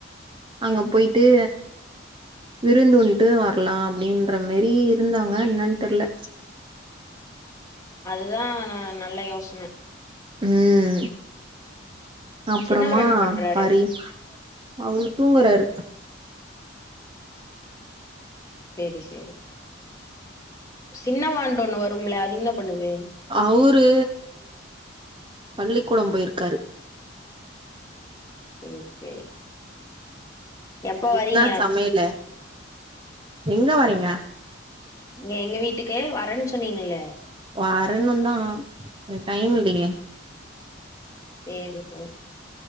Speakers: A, on the right; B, on the left.
A: அங்க போய்ட்டு விருந்துன்ட்டு வரலா அப்படின்ற மாறி இருந்தாங்க என்னன் தெர்ல
B: அதுதான் நா நல்ல யோசன
A: ம் அப்பறமா
B: சின்னவரு என்ன பண்றாரு
A: பரி அவுர் தூங்கறாரு
B: சேரி சேரி சின்னவாண்டு ஒண்ணு வரும்ல அது என்ன பண்ணுது
A: அவுரு பள்ளிக்கூடம் போயிருக்காரு
B: சேரி சேரி எப்ப வரீங்க
A: ன்னா சமையலு எங்க வரீங்க
B: ங்க எங்க வீட்டுக்கு வரேன் சொன்னீங்களே
A: வரணுதா டைம் இல்லியே
B: சேரி சேரி